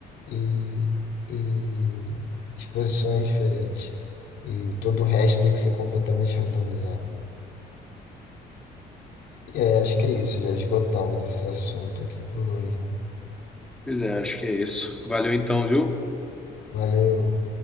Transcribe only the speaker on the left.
e, e exposições diferentes. E todo o resto tem que ser completamente randomizado. E aí, acho que é isso, já esgotamos esse assunto aqui por hoje, né?
Valeu.